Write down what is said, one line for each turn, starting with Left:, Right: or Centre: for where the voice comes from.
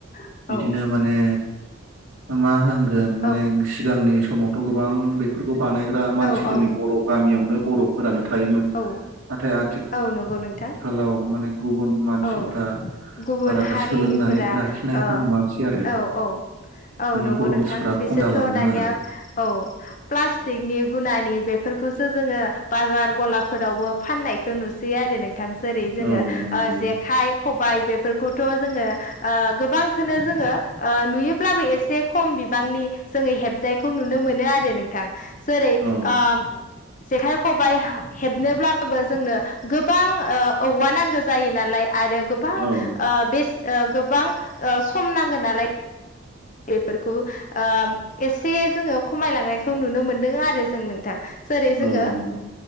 Left: औ
Right: बिदिनो माने मा होनगोन
Left: औ
Right: माने सिगांनि समावथ' गोबां बेफोरखौ बानायग्रा मानसि
Left: औ
Right: जोंनि बर' गामियावनो बर'फोरानो थायोमोन
Left: औ औ
Right: नाथाय आथि
Left: औ नंगौ नोंथां
Right: खालाव माने गुबुन मानसिफ्रा
Left: औ गुबुन
Right: बारा
Left: हारिनिफोरा
Right: सोलोंनानै लाखिनायखौ
Left: ओ
Right: नुवाखिसै आरो
Left: औ औ औ
Right: जोंनि
Left: नंगौ
Right: बर'
Left: नोंथां
Right: मानसिफ्रा
Left: बिसोरथ'
Right: खम जालांदों
Left: दानिया
Right: आरो
Left: औ प्लास्टिकनि गुनानि बेफोरखौसो जोंङो बाजार गलाफोरावबो फाननायखौ नुसैयो आरो नोंथां जेरै जोंङो
Right: औ नंगौ
Left: जेखाइ खबाय बेफोरखौथ' जोंङो ओ गोबांखौनो जोंङो नुयोब्लाबो एसे खम बिबांनि जोंङो हेबनायखौ नुनो मोनो आरो नोंथां जेरै
Right: औ
Left: ओ जेखाइ खबाइ हेबनोब्लाबो जोंनो गोबां औवा नांगौ जायो नालाय आरो गोबां ओ
Right: औ
Left: बेसे ओ गोबां सम नांगौ नालाय बेफोरखौ ओ एसे जोंङो खमायलांनायखौ नुनो मोनदों आरो जों नोंथां जेरै जोंङो
Right: औ नंगौ